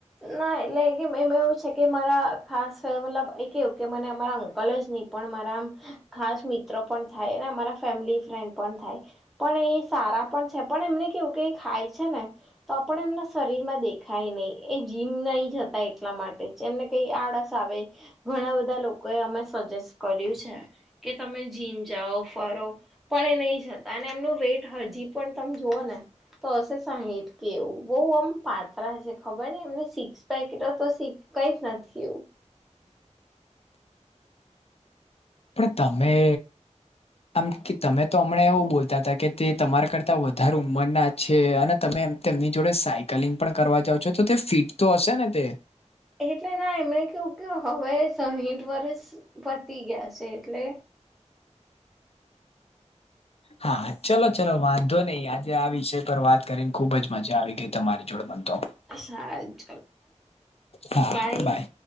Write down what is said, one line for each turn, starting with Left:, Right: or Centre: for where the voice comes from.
Centre: ના એટલે કે એમ એવું છે કે મારા ખાસ મતલબ એ કેવું કે મને મારા. લ જ નહી પણ મારા ખાસ મિત્રો પણ થાય અરા ફેમિલી ફ્રેન્ડ પણ થાય. પણ એ સારા પણ છે પણ એમને કેવું કે ખાય છે ને. તો પણણ એમના શરીરમાં દેખાય નહિ. એ જીમ નહી જતા એટલા માટે એમને કઈ આળસ આવે. ઘણા બધા લોકો એ અમે સજેસ્ટ કર્યું છે કે તમે જીમ જાઓ ફરો પણ એ નહી જતા અને એમનું વેટ હજી પણ તમે જોઓ ને. તો હ સાહ કે એવું બહુ આમ પાત્ર છે. ખબર ન એમને સિક્સ પેકેટ તો કઈ નથી એવું.
Left: પણ તમે. આમ કે તમે તો હમણાં એવું બોલતા હતા કે તે તમારા કરતા વધારે ઉંમરના જ છે અને તમેમ તેમની જોડે સાયકલિંગ પણ કરવા જાાવ છો તો તે ફિટ તો હશે ને તે.
Centre: એટલે ના એમણે કેવું કે હવે સાહીઠ વર્ષ પતી ગયા છે એટલે
Left: હા ચલો ચલો વાંધો નહીિ આજે આ વિષય પર વાત કરીને ખુબ જ મજા આવી ગઈ તમારી જોડે મન તો
Centre: સાહજ ચ
Left: હા
Centre: ભાઈ
Left: બાય.